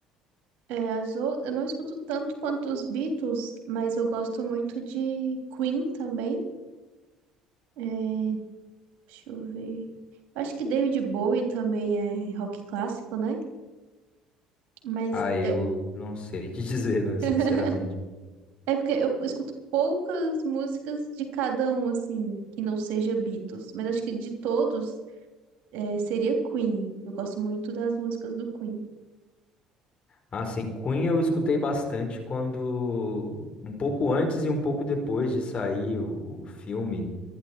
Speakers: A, on the right; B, on the left.
A: É, as ou- Eu não escuto tanto quanto os Beatles, mas eu gosto muito de Queen também. É, deixa eu ver. Eu acho que David Bowie também é rock clássico, né? Mas
B: Ah, eu
A: eu-
B: não sei te <laughs> dizer, né, sinceramente.
A: <laughs> é porque eu escuto poucas músicas de cada um, assim, que não seja Beatles. Mas acho que de todos, é, seria Queen. Eu gosto muito das músicas do Queen.
B: Ah, sim, Queen eu escutei bastante quando, um pouco antes e um pouco depois de sair o, o filme